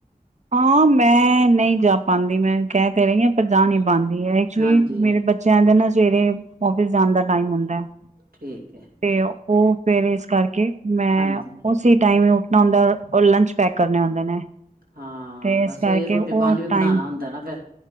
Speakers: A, on the right (about 50°); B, on the right (about 85°).
A: ਹਾਂ। ਮੈਂ ਨਹੀਂ ਜਾ ਪਾਉਦੀ, ਮੈਂ ਕਹਿ ਤੇ ਰਹੀ ਹਾਂ ਪਰ ਜਾ ਨਹੀਂ ਪਾਉਂਦੀ ਹੈ। ਐਕਚੁਲੀ
B: ਹਾਂਜੀ
A: ਮੇਰੇ ਬੱਚਿਆਂ ਦੇ ਨਾ ਸਵੇਰੇ ਔਫਿਸ ਜਾਣ ਦਾ ਟਮ ਹੁੰਦਾ ਹੈ।
B: ਠੀਕ ਹੈ।
A: ਤੇ ਉਹ ਫੇਰ ਇਸ ਕਰਕੇ, ਮੈਂ
B: ਹਾਂਜੀ
A: ਉਸੇ ਟਾਈਮ ਨਾ ਹੁੰਦਾ ਉਹ ਲੰਚ ਪੈਕ ਕਰਨੇ ਆਉਂਦੇ ਨੇ।
B: ਹਾਂ
A: ਤੇ
B: ਬਸ
A: ਇਸ ਕਰਕੇ
B: ਉਹੀ ਰੋਟੀ
A: ਹੋਰ
B: ਪਾਣੀ ਵੀ
A: ਟਾਈਮ,
B: ਬਣਾਉਣਾ ਹੁੰਦਾ ਨਾ ਫਿਰ